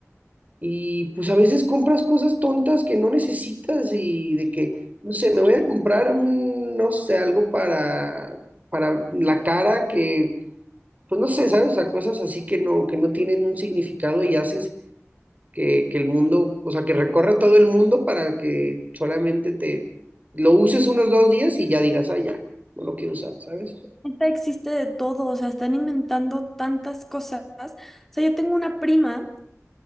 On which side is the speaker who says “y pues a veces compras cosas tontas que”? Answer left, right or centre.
Right